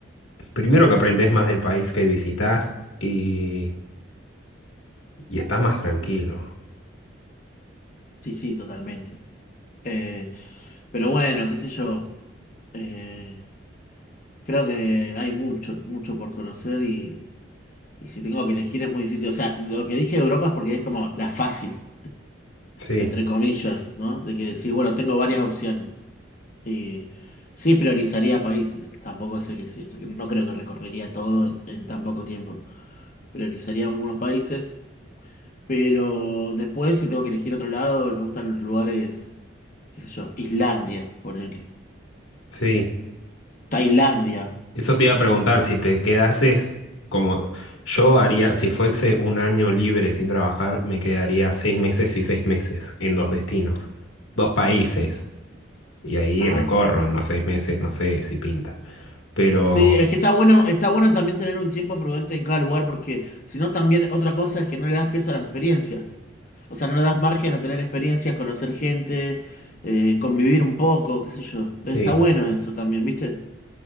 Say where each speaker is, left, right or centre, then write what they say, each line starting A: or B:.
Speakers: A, on the left (about 85°); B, on the left (about 45°).
A: primero que aprendes más del país que visitas y, y estás más tranquilo.
B: Sí, sí, totalmente. Eh, pero bueno, qué sé yo. eh, creo que hay mucho, mucho por conocer y, y si tengo que elegir es muy difícil. O sea, lo que dije de Europa es porque es como la fácil,
A: Sí,
B: entre comillas, ¿no? De que decís, bueno, tengo varias opciones. Y sí priorizaría países. Tampoco sé que sí, no creo que recorrería todo en tan poco tiempo. Priorizaría algunos países. Pero después, si tengo que elegir otro lado, me gustan los lugares, qué sé yo, Islandia, ponele.
A: sí.
B: Tailandia.
A: Eso te iba a preguntar, si te quedases como yo haría, si fuese un año libre sin trabajar, me quedaría seis meses y seis meses en dos destinos, dos países, y ahí
B: Ajá.
A: recorro en los seis meses, no sé si pinta. Pero,
B: Sí, es que está bueno, está bueno también tener un tiempo prudente en cada lugar, porque si no también otra cosa es que no le das pies a las experiencias. O sea, no le das margen a tener experiencias, conocer gente, eh, convivir un poco, qué sé yo.
A: sí,
B: Está bueno eso también, ¿viste?